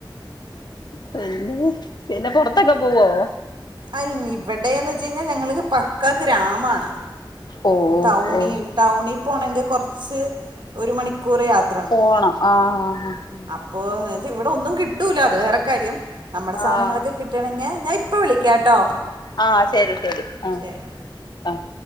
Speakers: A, on the left; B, on the right.
A: പിന്നെ പിന്നെ പുറത്തൊക്കെ പോവോ
B: അയിന്ന് ഇവിടെന്ന് വെച്ച് കഴിഞ്ഞാൽ ഞങ്ങക്ക് പക്കാ ഗ്രാമാണ്
A: ഓ
B: ടൗണിൽ
A: ഓ
B: ടൗണിൽ പോണങ്കിൽ കുറച്ച് ഒരു മണിക്കൂർ യാത്ര
A: പോണം ആഹ് ആഹ് ആഹ്
B: അപ്പോ വച്ച ഇവിടെ ഒന്നും കിട്ടൂല അത് വേറെ കാര്യം നമ്മടെ
A: ആ
B: സാധനങ്ങളൊക്കെ
A: ആ
B: കിട്ട ട്ടണങ്കി ഞാൻ ഇപ്പൊ വിളിക്കാട്ടോ
A: ആഹ് ശരി ശരി ആഹ്
B: ശരി
A: ആഹ്